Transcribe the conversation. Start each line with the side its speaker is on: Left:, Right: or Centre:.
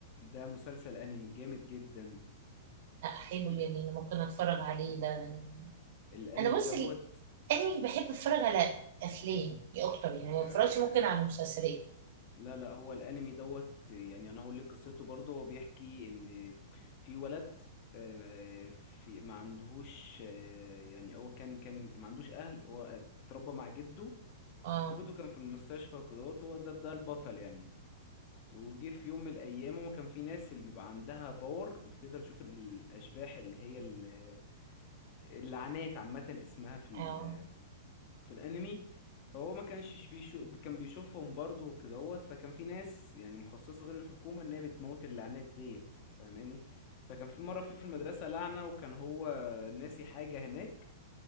Left: ده مسلسل انمي جامد جدا
Right: لا حلو
Left: ال-
Right: يعني أنا ممكن أتفرج عليه ده أنا
Left: الانمي
Right: أنا بص
Left: دوت
Right: ال- أنمي بحب أتفرج على أفلام دي أكتر يعني ما
Left: آه،
Right: بتفرجش ممكن على مسلسلات
Left: لا لا هو الانمي دوت يعني انا هقول لك قصته برضه هو بيحكي ان في ولد آه، في ما عندهوش آه، يعني هو كان كان ما عندوش اهل هو اتربى مع جده
Right: آه
Left: وجده كان في المستشفى كده هو ده ده البطل يعني وجه في يوم من الايام هو كان في ناس اللي بيبقى عندها باور بتقدر تشوف الاشباح اللي هي ال- اللعنات عامه اسمها في ال...
Right: آه
Left: في الانمي فهو ما كانش بيشوف كان بيشوفهم برضه وكده هوت فكان في ناس يعني مخصصه غير الحكومه ان هي بتموت اللعنات ديت فاهماني فكان في مره في في المدرسه لعنه وكان هو ناسي حاجه هناك